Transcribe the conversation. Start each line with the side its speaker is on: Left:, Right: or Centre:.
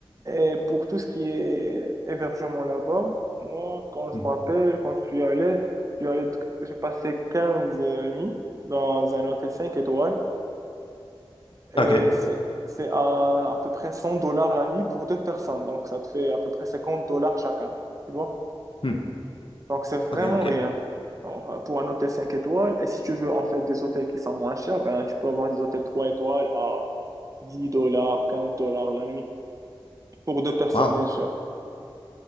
Right: Et pour tout ce qui est hébergement là-bas, moi, quand je
Left: Mhm.
Right: me rappelle, quand je suis allé, je suis allé, j'ai passé 15 nuits dans un hôtel 5 étoiles. Et
Left: OK.
Right: c'est, c'est à, à peu près 100 dollars la nuit pour deux personnes. Donc, ça te fait à peu près 50 dollars chacun. Tu vois?
Left: Hmm.
Right: Donc, c'est vraiment
Left: OK, OK.
Right: rien. Genre, euh, pour un hôtel 5 étoiles. Et si tu veux, en fait, des hôtels qui sont moins chers, ben, tu peux avoir des hôtels 3 étoiles à 10 dollars, 15 dollars la nuit. Pour deux personnes,
Left: Wow.
Right: bien sûr.